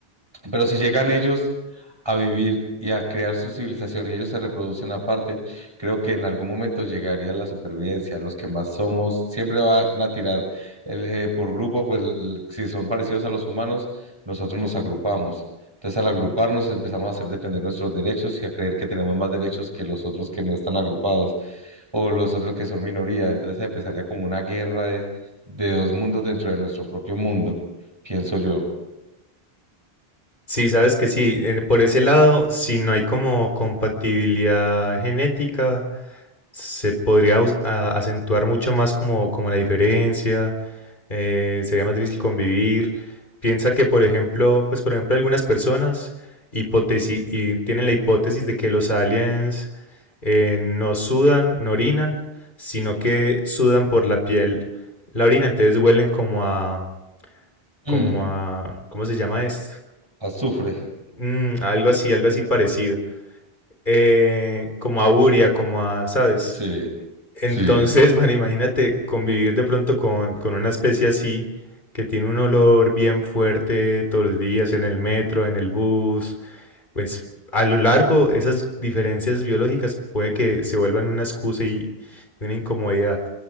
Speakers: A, on the right; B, on the left.
A: Pero si llegan ellos a vivir y a crear su civilización y ellos se reproducen aparte, creo que en algún momento llegaría la supervivencia. Los que más somos siempre van a tirar el, eh, por grupo, pues el- si son parecidos a los humanos, nosotros nos agrupamos. Entonces, al agruparnos, empezamos a hacer defender nuestros derechos y a creer que tenemos más derechos que los otros que no están agrupados o los otros que son minoría. Entonces, empezaría como una guerra de, de dos mundos dentro de nuestro propio mundo, pienso yo.
B: Sí, sabes que sí, en- por ese lado, si no hay como compatibilidad genética, se podría us- a- acentuar mucho más como, como la diferencia, eh, sería más difícil convivir. Piensa que, por ejemplo, pues por ejemplo, algunas personas hipotesi y tienen la hipótesis de que los aliens eh, no sudan, no orinan, sino que sudan por la piel. La orina, entonces huelen como a, como
A: Mm,
B: a, ¿cómo se llama esto?
A: azufre.
B: Mm, algo así, algo así parecido. Eh, como a urea, como a, ¿sabes?
A: Sí,
B: Entonces,
A: sí,
B: <laughs> bueno, imagínate convivir de pronto con, con una especie así que tiene un olor bien fuerte todos los días en el metro, en el bus. Pues a lo largo esas diferencias biológicas puede que se vuelvan una excusa y una incomodidad.